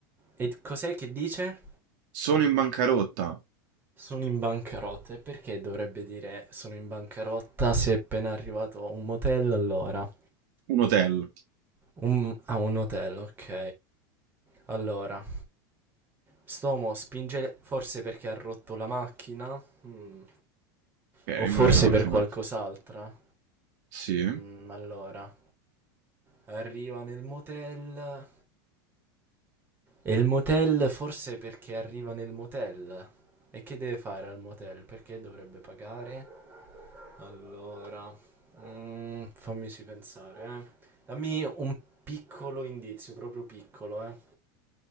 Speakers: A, on the right (about 20°); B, on the right (about 55°).
A: E cos'è che dice?
B: Sono in bancarotta.
A: Sono in bancarotta. E perché dovrebbe dire sono in bancarotta se è appena arrivato a un motel? Allora,
B: Un hotel,
A: un, a un hotel, ok. Allora, Stomo spinge forse perché ha rotto la macchina? Mm.
B: okay,
A: O forse
B: magari una macchina
A: per qualcos'altra?
B: off sì.
A: Mm, allora. Arriva nel motel. E il motel forse perché arriva nel motel. E che deve fare al motel? Perché dovrebbe pagare? Allora, mm, fammici pensare, eh. Dammi un piccolo indizio, proprio piccolo, eh.